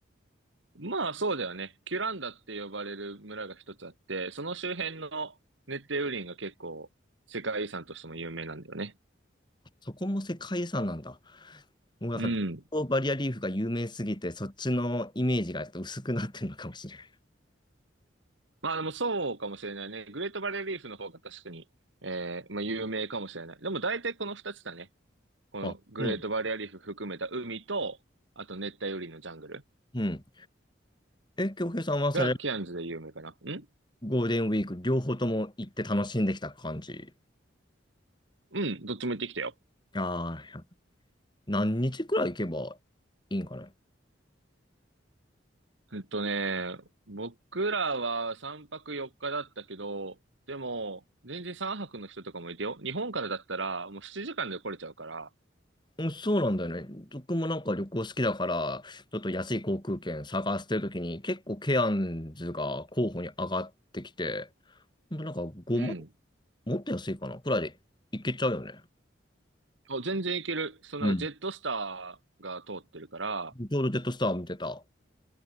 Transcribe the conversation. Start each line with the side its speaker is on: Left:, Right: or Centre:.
Right: まあそうだよね。キュランダって呼ばれる村が一つあって、その周辺の熱帯雨林が結構世界遺産としても有名なんだよね。
Left: そこも世界遺産なんだ。もうなんかグレートバリアリーフが有名すぎて、
Right: うん。
Left: そっちのイメージがちょっと薄くなってるのかもしれない。
Right: まあでもそうかもしれないね。グレートバレーリーフの方が確かに、えー、まあ有名かもしれない。でも大体この二つだね。このグレートバレーリーフ含めた海と、
Left: あ、うん。
Right: あと熱帯雨林のジャングル
Left: うん。え、京平さんはそれ
Right: がキアンズで有名かな。ん
Left: ゴールデンウィーク両方とも行って楽しんできた感じ。
Right: うん、どっちも行ってきたよ。
Left: ああ、何日くらい行けばいいんかな。
Right: えっとね、僕らは3泊4日だったけど、でも、全然3泊の人とかもいてよ。日本からだったら、もう7時間で来れちゃうから、
Left: うん、そうなんだよね。僕もなんか旅行好きだから、ちょっと安い航空券探してるときに結構ケアンズが候補に上がってきて、ほんとなんか5万
Right: うん。
Left: もっと安いかなくらいで行けちゃうよね。
Right: あ全然いける。そのジェットスターが通ってるから、
Left: うん。ちょうどジェットスター見てた。あ